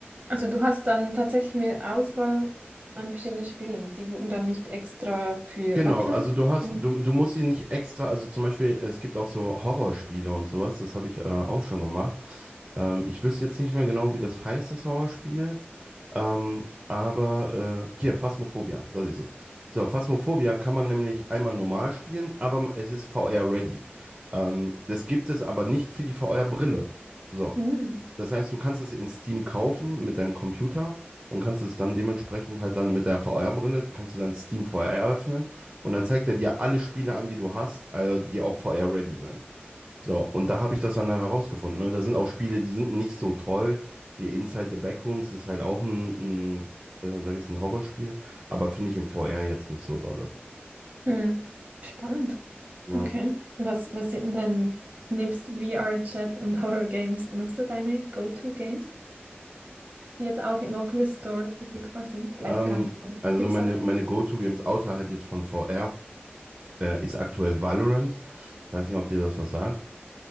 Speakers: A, on the right; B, on the right.
A: Also du hast dann tatsächlich mehr Auswahl an verschiedenen Spielen. Die wurden dann nicht extra für
B: Genau,
A: Oculus.
B: also du hast,
A: Mhm.
B: du, du musst sie nicht extra, also zum Beispiel, es gibt auch so Horrorspiele und sowas, das habe ich äh, auch schon gemacht. Ähm, ich wüsste jetzt nicht mehr genau, wie das heißt, das Horrorspiel. Ähm, aber äh, hier, Phasmophobia, das ist es. So, Phasmophobia kann man nämlich einmal normal spielen, aber es ist VR-ready. Ähm, das gibt es aber nicht für die VR-Brille. So,
A: Mhm.
B: das heißt, du kannst es in Steam kaufen mit deinem Computer und kannst es dann dementsprechend halt dann mit der VR-Brille, kannst du dann Steam VR eröffnen und dann zeigt er dir alle Spiele an, die du hast, äh, die auch VR-ready sind. So, und da habe ich das dann herausgefunden. Ne? Da sind auch Spiele, die sind nicht so toll, wie Inside the Backrooms, das ist halt auch ein, ein äh, sag ich jetzt, ein Horrorspiel, aber finde ich im VR jetzt nicht so dolle.
A: Mhm. Spannend.
B: Ja.
A: Okay. Was, was sind denn dein, nebst VR-Chat und Horror-Games noch so deine Go-To-Games? die jetzt auch im Oculus Store verfügbar sind. Vielleicht
B: Ähm,
A: kann ich auch noch
B: also
A: Tipps
B: meine,
A: erfahren.
B: meine Go-To-Games außerhalb jetzt von VR äh, ist aktuell Valorant. Ich weiß nicht, ob dir das was sagt.